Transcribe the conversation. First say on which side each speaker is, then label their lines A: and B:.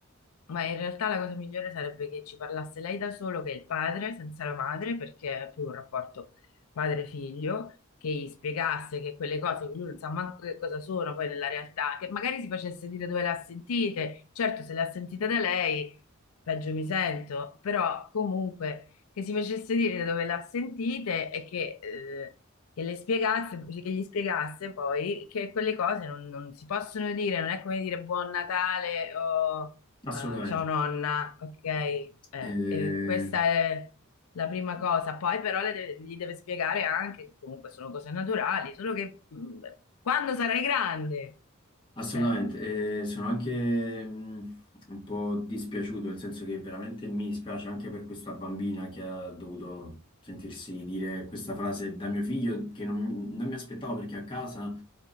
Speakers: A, on the left; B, on the left.
A: Ma in realtà la cosa migliore sarebbe che ci parlasse lei da solo, che è il padre, senza la madre, perché è più un rapporto padre-figlio, che gli spiegasse che quelle cose che lui non sa manco che cosa sono poi nella realtà, che magari si facesse dire dove le ha sentite. Certo, se le ha sentite da lei, peggio mi sento, però comunque che si facesse dire dove le ha sentite e che, eh, che le spiegasse, che gli spiegasse poi che quelle cose non, non si possono dire, non è come dire buon Natale o
B: Assolutamente.
A: eh, ciao nonna, ok, eh,
B: Eh,
A: eh, questa è la prima cosa. Poi però le deve- gli deve spiegare anche che comunque sono cose naturali, solo che mm, quando sarai grande.
B: Assolutamente,
A: Eh,
B: e sono anche mh, un po' dispiaciuto, nel senso che veramente mi dispiace anche per questa bambina che ha dovuto sentirsi dire questa frase da mio figlio, che non, non mi aspettavo perché a casa